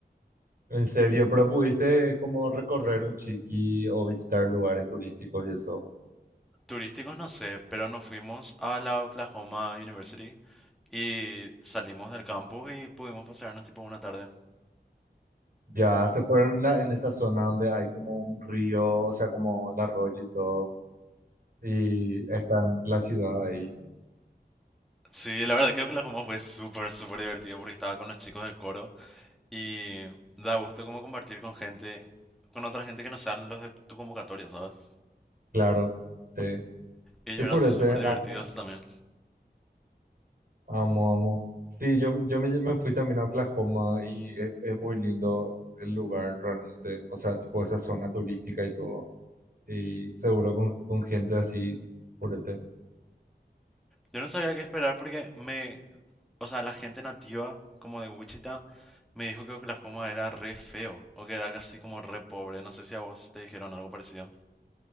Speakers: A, on the right; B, in the centre.
A: En serio, pero pudiste como recorrer un chiqui o visitar lugares turísticos y eso.
B: Turísticos no sé, pero nos fuimos a la Oklahoma University y salimos del campus y pudimos pasearnos tipo una tarde.
A: Ya se fueron en, la- en esa zona donde hay como un río, o sea, como un arroyo y todo, y está en la ciudad ahí.
B: Sí, la verdad creo que la Joma fue súper, súper divertido porque estaba con los chicos del coro y da gusto como compartir con gente, con otra gente que no sean los de tu convocatoria, ¿sabes?
A: Claro, sí.
B: Y ellos
A: Qué purete,
B: eran súper
A: amo.
B: divertidos también.
A: Amo, amo. Sí, yo, yo me, me fui también a Oklahoma y es, es muy lindo el lugar realmente. O sea, tipo esa zona turística y todo. Y seguro con, con gente así, purete.
B: Yo no sabía qué esperar porque me, o sea, la gente nativa como de Wichita me dijo que Oklahoma era re feo o que era así como re pobre. No sé si a vos te dijeron algo parecido.